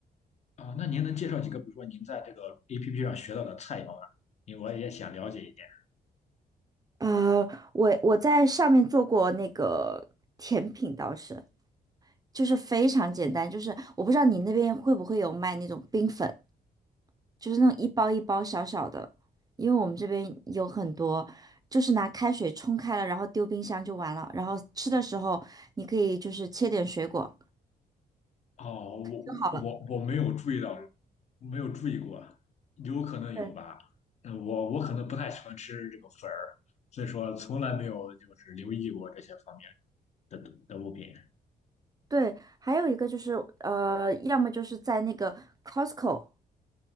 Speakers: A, on the left; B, on the right.
A: 啊、那您能介绍几个，比如说您在这个 APP 上学到的菜肴吗？因为我也想了解一点。
B: 呃，我我在上面做过那个甜品，倒是就是非常简单，就是我不知道你那边会不会有卖那种冰粉，就是那种一包一包小小的，因为我们这边有很多，就是拿开水冲开了，然后丢冰箱就完了，然后吃的时候你可以就是切点水果
A: 哦，我我我没有注意到，
B: 就好了。
A: 没有注意过，有可能有吧。
B: 对
A: 嗯，我我可能不太喜欢吃这个粉儿，所以说从来没有就是留意过这些方面的的的物品。
B: 对，还有一个就是呃，要么就是在那个 Costco。